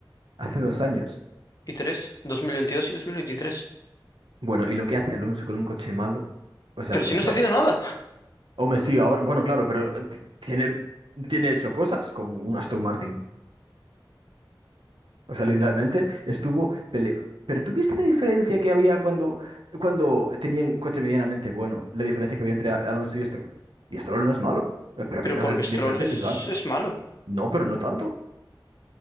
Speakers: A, on the right; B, on the left.
A: Hace dos años.
B: y tres, 2022 y 2023.
A: Bueno, ¿y lo que hace Alonso con un coche malo? O sea,
B: Pero
A: lo
B: si
A: que
B: no
A: hace...
B: está haciendo nada.
A: Hombre, sí, ahora... Bueno, claro, pero eh, t- tiene, tiene hecho cosas con un Aston Martin. O sea, literalmente estuvo... pele- Pero ¿tú viste la diferencia que había cuando, cuando tenían coche medianamente bueno? La diferencia que había entre Alonso y Stroll. Y Stroll no es malo, eh, pero había
B: Pero
A: una
B: porque
A: de- diferencia
B: Stroll
A: visual.
B: es, es malo.
A: No, pero no tanto.